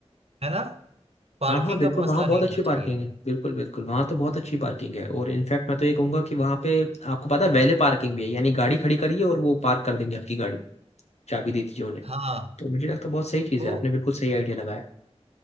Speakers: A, on the right (about 65°); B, on the left (about 75°).
A: है ना पार्किंग
B: हाँ हाँ बिल्कुल
A: का मसला
B: वहाँ बहुत
A: नहीं
B: अच्छी
A: होना चाहिए
B: पार्किंग है बिल्कुल बिल्कुल वहाँ तो बहुत अच्छी पार्किंग है और इनफैक्ट मैं तो ये कहूंगा कि वहाँ पे आपको पता है वैले पार्किंग भी है यानी गाड़ी खड़ी करिए और वो पार्क कर देंगे आपकी गाड़ी चाबी दे दीजिए उन्हें
A: हाँ
B: तो मुझे लगता है बहुत सही चीज़
A: तो
B: है आपने बिल्कुल सही आइडिया लगाया